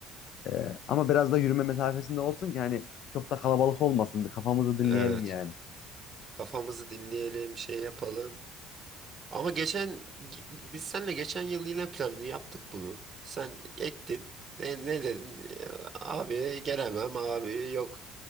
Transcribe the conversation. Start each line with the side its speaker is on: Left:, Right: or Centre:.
Left: E, ama biraz da yürüme mesafesinde olsun ki hani çok da kalabalık olmasın. Bir kafamızı dinleyelim
Right: Evet.
Left: yani.
Right: Kafamızı dinleyelim, şey yapalım. Ama geçen biz seninle geçen yıl yine planını yaptık bunu. Sen ektin. Ne, ne dedin? Ee, Abi gelemem abi yok.